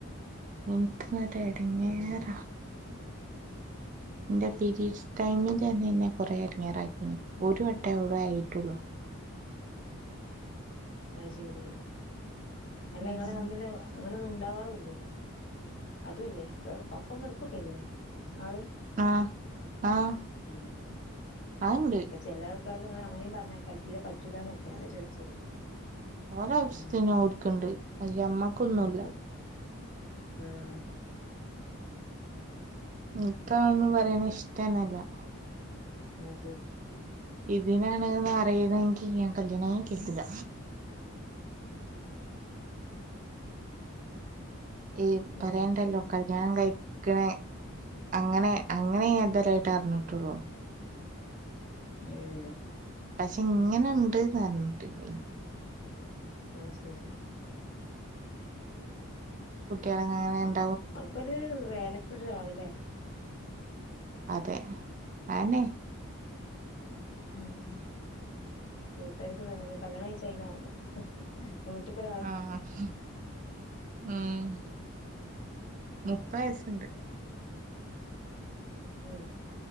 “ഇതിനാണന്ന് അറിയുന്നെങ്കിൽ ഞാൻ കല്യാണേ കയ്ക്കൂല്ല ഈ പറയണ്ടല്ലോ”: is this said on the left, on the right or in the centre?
Right